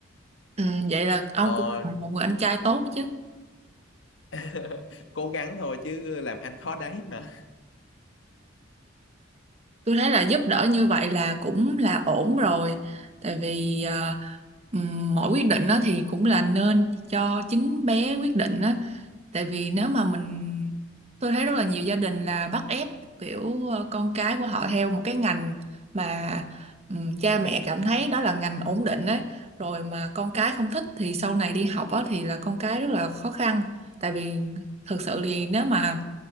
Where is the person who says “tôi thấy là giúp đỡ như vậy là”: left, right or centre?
Right